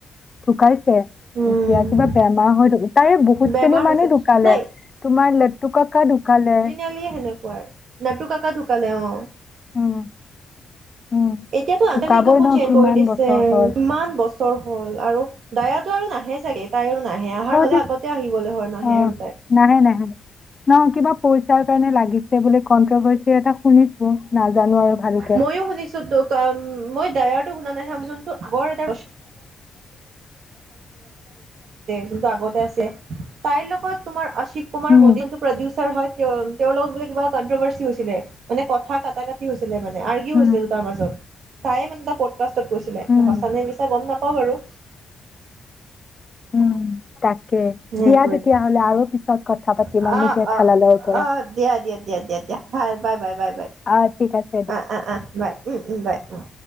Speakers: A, on the left; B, on the right.
A: ঢুকাইছে
B: উম
A: এতিয়া কিবা বেমাৰ হয় তাই বহুতখিনি
B: বেমাৰ
A: মানুহ
B: হৈছে
A: ঢুকালে
B: নাই
A: তোমাৰ লেটু কাকা ঢুকালে।
B: আজি কালি সেনেকোৱাই। লেটু কাকা ঢুকালে অ
A: উম উম
B: এতিয়াতো আহকালিটোকো
A: ঢুকাবই ন
B: চেঞ্জ
A: কিমান
B: কৰি দিছে
A: বছৰ হ'ল
B: কিমান ক ছৰ হ'ল আৰু দয়াটো আৰু নাহে চাগে তাই আৰু নাহে অহাৰ
A: সিহঁতি
B: হলে আগতে আহিবলৈ হয় নাহে
A: অ
B: আৰু তাই
A: নাহে নাহে ন কিবা পইচাৰ কাৰণে লাগিছে বুলে কন্ট্ৰভাৰ্চি এটা শুনিছো নাজানো আৰু ভালকে
B: মই ও শুনিছোঁ ত মই দায়াক শুনা নাই আমি যোনটো আগৰ এটা যোনটো আগতে আছিলে তাইৰ লগত তোমাৰ অশি কুমাৰ
A: উম
B: মডেল টো প্ৰডিউচাৰ হয় তেওঁ তেওঁৰ লগত বোলে কিবা কনট্ৰভাৰ্চি হৈছিলে মানে কথা কাটা কাটি হৈছিলে মানে আৰ্গি
A: উম
B: হৈছিলে তাৰ মাজত তায়ে মানে পকাষ্টনত গৈছিলে এতিয়া
A: উম
B: সঁচানে মিছা গম নাপাওঁ বাৰু
A: উম তাকে
B: সেইটোৱে
A: দিয়া তেতিয়াহ'লে আৰু পিছত কথা পাতিম
B: অ',
A: আমি জেঠালালৰ
B: অ',
A: পৰা
B: অ', দিয়া দিয়া দিয়া দিয়া দিয়া ভাল বাই বাই বাই বাই
A: অ ঠিক আছে
B: আ আ আ বাই উম উম বাই উম